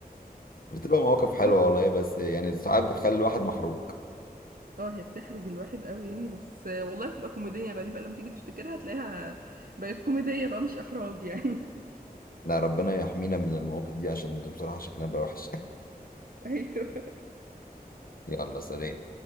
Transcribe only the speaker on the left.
بتبقى مواقف حلوة
والله بس يعني ساعات بتخلي الواحد محروق
لا ربنا يحمينا من المواقف دي عشان بصراحة شكلنا بقى وحش <laughs>
يلا سلام